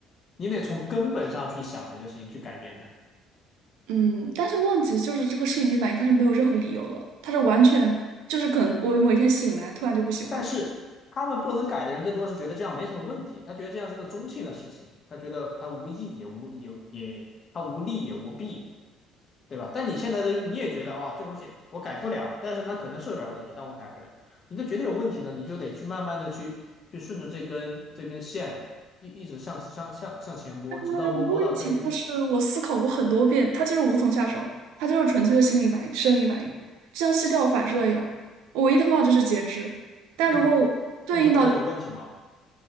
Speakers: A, on the left; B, on the right.
A: 你得从根本上去想这个事情，去改变它。
B: 嗯，但是问题就是这个摄影机反应它是没有任何理由的，它是完全就是可能我某一天醒来突然就不喜欢了。
A: 但是他们不能改的人，更多是觉得这样没什么问题，他觉得这样是个中性的事情，他觉得他无益也无也也他无利也无弊，对吧？但你现在都你也觉得啊、哦这东西我改不了，但是那可能是有点问题，但我改不了，你都觉得有问题了，你就得去慢慢的去去顺着这根这根线一一直向向向向前摸，直到摸摸到根源，
B: 呃问题就是我思考过很多遍，它就是无从下手，它就是纯粹的心理反应、生理反应，就像膝跳反射一样。我唯一的方法就是截肢，但如果我对应到
A: 那你会那你会觉得有问题吗？